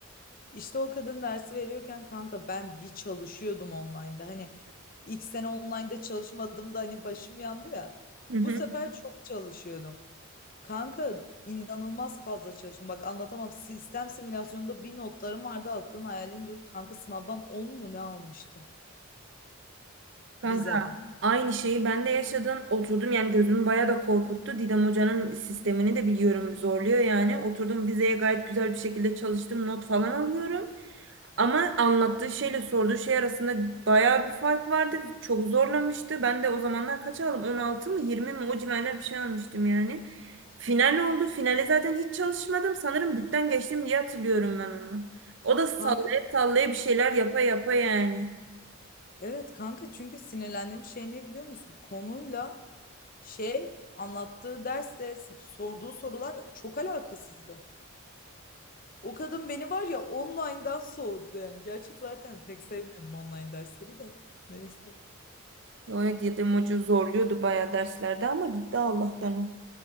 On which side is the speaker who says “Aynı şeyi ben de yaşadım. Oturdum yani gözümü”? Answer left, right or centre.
Right